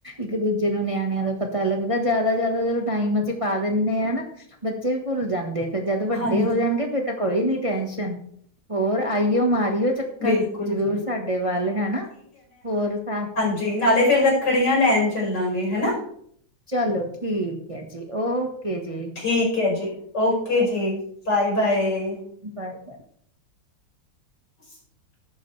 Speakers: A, on the right; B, on the left.
A: ਇੱਕ ਦੂਜੇ ਨੂੰ ਨਿਆਣਿਆਂ ਦਾ ਪਤਾ ਲੱਗਦਾ ਜਿਆਦਾ ਜਿਆਦਾ ਜਦੋਂ ਟਾਈਮ ਅਸੀਂ ਪਾ ਦਿੰਦੇ ਨਾ ਬੱਚੇ ਵੀ ਭੁੱਲ ਜਾਂਦੇ ਫਿਰ ਜਦ ਵੱਡੇ
B: ਹਾਂਜੀ
A: ਹੋ ਜਾਣਗੇ ਫਿਰ ਤਾਂ ਕੋਈ ਨੀ ਟੈਨਸ਼ਨ ਹੋਰ ਆਈਓ ਮਾਰੀਓ ਚੱਕਰ
B: ਬਿਲਕੁਲ
A: ਜ਼ਰੂਰ
B: ਜੀ
A: ਸਾਡੇ ਵੱਲ ਹੈਨਾ ਹੋਰ ਸ
B: ਜੀ ਨਾਲੇ ਫਿਰ ਰੱਖੜੀਆਂ ਲੈਣ ਚੱਲਾਂਗੇ ਹਨਾ
A: ਚਲੋ ਠੀਕ ਹੈ ਜੀ ਓ ਓਕੇ ਜੀ
B: ਠੀਕ ਹੈ ਜੀ ਓਕੇ ਜੀ ਬਾਏ ਬਾਏ
A: ਬਾਏ ਬਾਏ
B: <unintelligible>